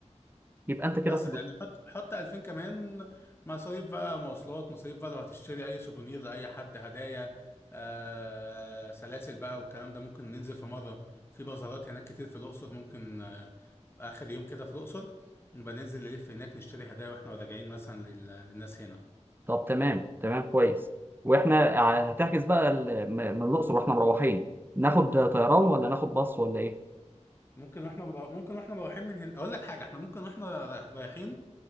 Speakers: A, on the right (about 15°); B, on the left (about 20°).
A: يبقى انت كده
B: بس
A: في البطولة.
B: يعني حط حط 2000 كمان مصاريف بقى مواصلات مصاريف بقى لو هتشتري اي سوفونير لاي حد هدايا آه سلاسل بقى والكلام ده ممكن ننزل في مره في بازارات هناك كتير في الاقصر ممكن آه اخر يوم كده في الاقصر نبقى ننزل نلف هناك نشتري هدايا واحنا راجعين مثلا لل... للناس هنا
A: طب تمام تمام كويس واحنا ع- هتحجز بقى ال- م- من الأقصر واحنا مروحين ناخد طيران ولا ناخد باص ولا ايه؟
B: ممكن واحنا مرا... ممكن واحنا رايحين من هنا اقول لك حاجه احنا ممكن واحنا رايح- رايحين